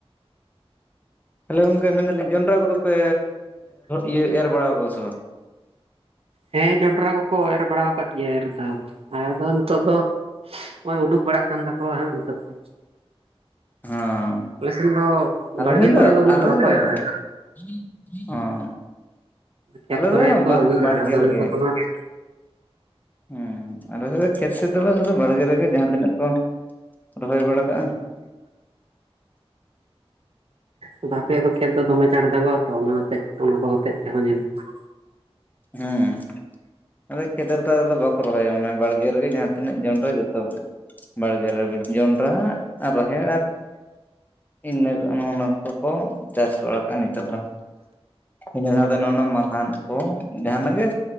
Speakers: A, on the left; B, on the right.
A: ᱛᱟᱦᱚᱞᱮ ᱜᱚᱝᱠᱮ ᱢᱮᱱᱮᱫᱟᱞᱤᱧ ᱡᱚᱱᱰᱽᱨᱟ ᱠᱚᱫᱚ ᱯᱮ ᱤᱭᱟᱹ ᱮᱨ ᱵᱟᱲᱟ ᱠᱟᱫᱟ ᱥᱮ ᱵᱟᱝ?
B: ᱦᱮᱸ ᱡᱚᱱᱰᱽᱨᱟ ᱠᱚᱠᱚ ᱮᱨ ᱵᱟᱲᱟ ᱟᱠᱟᱫ ᱜᱮᱭᱟ ᱮᱨ ᱫᱚ ᱟᱫᱚ ᱱᱤᱛᱚᱜ ᱫᱚ ᱾ ᱦᱳᱭ ᱩᱰᱩᱠ ᱵᱟᱲᱟᱜ ᱠᱟᱱ ᱛᱟᱠᱚᱣᱟ ᱦᱟᱸᱜ ᱱᱤᱛᱚᱜ ᱫᱚ ᱾
A: ᱦᱚᱸᱻ
B: ᱥᱮᱱ ᱫᱚ
A: ᱟᱞᱮ
B: ᱵᱟᱲᱜᱮ
A: ᱥᱮᱱ ᱫᱚ
B: ᱠᱚᱨᱮ ᱩᱱᱟᱹᱜ
A: ᱟᱞᱮ
B: ᱵᱟᱠᱚ
A: ᱥᱮᱱ ᱫᱚ
B: ᱮᱨᱟ
A: <inaudible> ᱦᱚᱸᱼᱼ
B: ᱠᱷᱮᱛ
A: ᱟᱞᱮ
B: ᱠᱚᱨᱮ
A: ᱫᱚ
B: ᱠᱚ
A: ᱵᱟᱜ
B: ᱤᱭᱟᱹ ᱠᱟᱜᱼᱟ
A: ᱵᱟᱲᱜᱮ
B: ᱟᱫᱚ
A: ᱨᱮᱜᱮ
B: ᱱᱤᱛᱚᱜ ᱫᱚ ᱦᱟᱸᱜ
A: ᱾ ᱦᱮᱸ ᱟᱞᱮ ᱫᱚ ᱠᱷᱮᱛ ᱥᱮᱫ ᱫᱚ ᱵᱟᱝ ᱥᱩᱫᱩ ᱵᱟᱲᱜᱮ ᱨᱮᱜᱮ ᱡᱟᱦᱟᱸ ᱛᱤᱱᱟᱹᱜ ᱠᱚ ᱨᱚᱦᱚᱭ ᱵᱟᱲᱟ ᱠᱟᱜᱼᱟ ᱾
B: ᱟᱫᱚ ᱟᱯᱮᱭᱟᱜ ᱫᱚ ᱠᱷᱮᱛ ᱫᱚ ᱫᱚᱢᱮ ᱪᱟᱬ ᱫᱟᱜᱚᱜᱼᱟ ᱛᱚ ᱚᱱᱟ ᱦᱚᱛᱮᱡ ᱚᱱᱟ ᱠᱚ ᱦᱚᱛᱮᱡ ᱛᱮᱦᱚᱸ ᱧᱮᱞᱚᱜᱼᱟ ᱼᱼ
A: ᱦᱩᱸᱻ ᱟᱫᱚ ᱠᱷᱮᱛ ᱨᱮ ᱫᱚ ᱵᱟᱠᱚ ᱨᱮᱫᱚ ᱵᱟᱠᱚ ᱨᱚᱦᱚᱭᱟ ᱢᱟᱱᱮ ᱵᱟᱲᱜᱮ ᱨᱮᱜᱮ ᱡᱟᱦᱟᱸ ᱛᱤᱱᱟᱹᱜ ᱡᱚᱱᱰᱽᱨᱟ ᱡᱚᱛᱚ ᱼᱼ ᱵᱟᱲᱜᱮ ᱨᱮ ᱡᱚᱱᱰᱽᱨᱟ ᱨᱟᱦᱮᱲ ᱟᱨ ᱤᱱᱟᱹ ᱠᱚ ᱱᱚᱜᱼᱱᱟ ᱼᱼ ᱠᱚᱠᱚ ᱪᱟᱥ ᱵᱟᱲᱟ ᱠᱟᱜᱼᱟ ᱱᱤᱛᱚᱜ ᱫᱚ᱾ ᱤᱱᱟᱹ ᱥᱟᱶᱛᱮ ᱱᱚᱜᱼᱱᱟ ᱢᱟᱞᱦᱟᱱ ᱠᱚ ᱡᱟᱦᱟᱱᱟᱜ ᱜᱮ